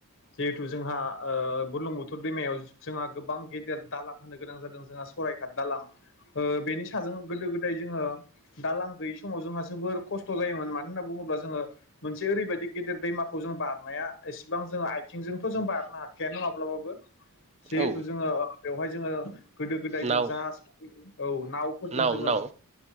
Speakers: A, on the left; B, on the right.
A: जिहेथु जोंहा ओ बुलुंबुथोर दैमायाव जोंहा गोबां गेदेर दालां होनो गोनां जादों जोंहा सराय घाट दालां ओ बेनि साजों गोदो गोदाय जोङो दालां गैयै समाव जोंहा जोबोर खस्थ' जायोमोन मानो होनना बुङोब्ला जोङो मोनसे ओरैबायदि गिदिर गिदिर दैमाखौ जों बारनाया इसेबां जों आथिंजोंथ' जों बारनो हाखाया ना माब्लाबाबो। जिहेथु
B: औ
A: जोङो बेवहाय जोङो गोदो गोदाय
B: नाव
A: जों जाहाज औ नावफोरजों
B: नाव
A: जोङो
B: नाव